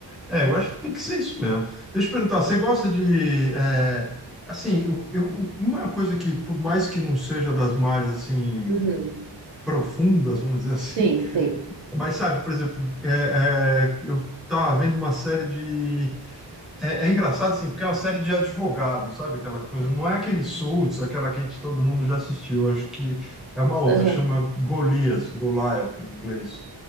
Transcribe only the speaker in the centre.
É, eu acho que tem que ser isso mesmo. Deixa eu perguntar, você gosta de, é, assim, eu, eu- uma coisa que, por mais que não seja das mais, assim,
profundas, vamos dizer assim,
<laughs>
mas sabe, por exemplo, é, é, eu tava vendo uma série de, é, é engraçado, assim, porque é uma série de advogados, sabe, aquelas coisas, não é aquele Suits, aquela que a gente, todo mundo já assistiu, eu acho que é uma outra,
chama Golias, Goliath, em inglês.